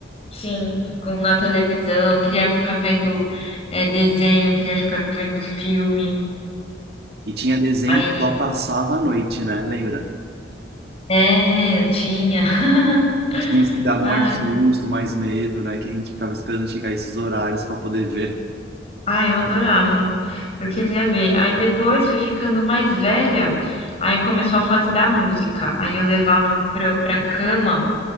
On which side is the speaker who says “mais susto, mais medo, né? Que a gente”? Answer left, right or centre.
Right